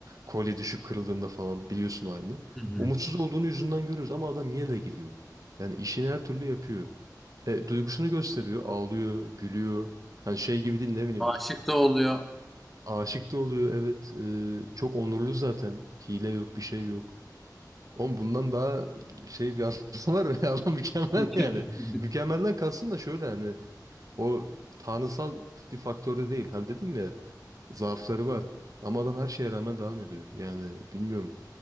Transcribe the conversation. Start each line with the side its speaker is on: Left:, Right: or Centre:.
Right: kolye düşüp kırıldığında falan biliyorsun o halini.
Centre: Hı hı.
Right: Umutsuz olduğunu yüzünden görüyoruz ama adam yine de gidiyor. Yani işini her türlü yapıyor. E, duygusunu gösteriyor. Ağlıyor, gülüyor. Hani şey gibi değil ne bileyim.
Centre: Aşık da oluyor.
Right: Aşık da oluyor evet. E, çok onurlu zaten. Hile yok, bir şey yok. Oğlum bundan daha şey bir aslı var mı? <laughs> Adam mükemmel
Centre: <laughs>
Right: yani. Mükemmelden kalsın da şöyle hani o tanrısal bir faktörde değil. Hani dedim ya zaafları var. Ama adam her şeye rağmen devam ediyor. Yani bilmiyorum.